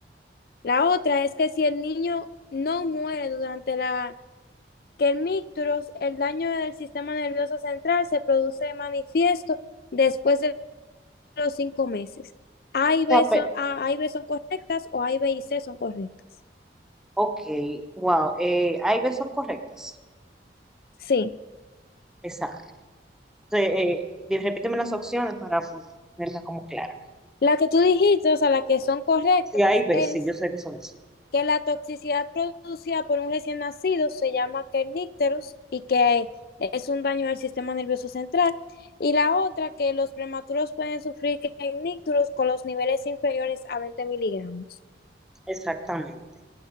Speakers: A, on the left; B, in the centre.
A: La otra es que si el niño no muere durante la kernicterus, el daño del sistema nervioso central se produce manifiesto después de los cinco meses. A y B
B: sea, pe-
A: son, A, A y B son correctas o A y B y C son correctas.
B: Ok, wow. Eh, A y B son correctas.
A: Sí.
B: Exacto. Eh, eh, repíteme las opciones para ponerlas como claras.
A: La que tú dijiste, o sea, la que son correctas
B: Sí, A y B,
A: es
B: sí, yo sé que son eso.
A: que la toxicidad producida por un recién nacido se llama kernicterus y que es un daño del sistema nervioso central, y la otra que los prematuros pueden sufrir kernicterus con los niveles inferiores a 20 miligramos,
B: Exactamente.